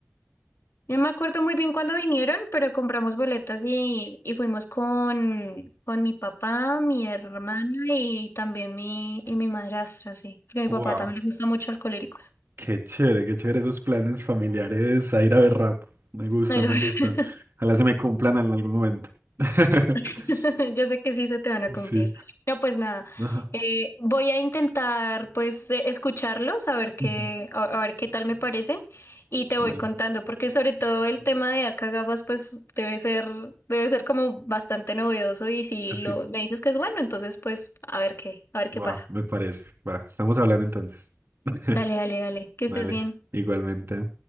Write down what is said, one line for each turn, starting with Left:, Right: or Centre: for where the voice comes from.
Left: Yo me acuerdo muy bien cuando vinieron, pero compramos boletas y, y fuimos con, con mi papá, mi hermana y también mi, y mi madrastra, sí. Porque a mi
Right: Wow.
Left: papá también le gusta mucho Alcohólicos.
Right: Qué chévere, qué chévere esos planes familiares a ir a ver rap. Me gustan,
Left: Ay, no.
Right: me
Left: <laughs>
Right: gustan. Ojalá se me cumplan en algún momento. <laughs>
Left: <laughs> Yo sé que sí se te van a cumplir.
Right: Sí.
Left: No, pues nada.
Right: Ajá.
Left: Eh, voy a intentar pues eh, escucharlos, a ver qué,
Right: Ujú.
Left: a, a ver qué tal me parecen y te
Right: Dale.
Left: voy contando, porque sobre todo el tema de acá gafas pues debe ser, debe ser como bastante novedoso y si
Right: Sí.
Left: lo me dices que es bueno, entonces pues a ver qué, a ver
Right: Va,
Left: qué pasa.
Right: me parece. Va, estamos hablando entonces. <laughs>
Left: Dale, dale, dale, que estés
Right: Dale,
Left: bien.
Right: igualmente.